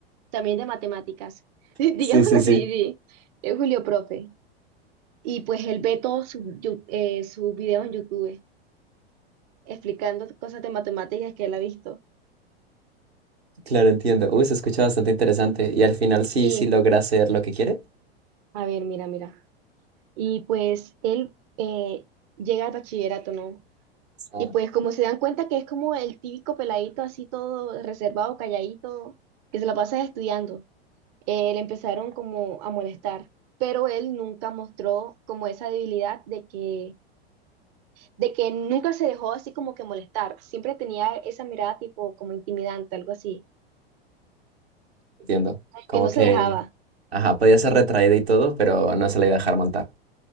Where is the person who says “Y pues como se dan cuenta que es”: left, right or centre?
Right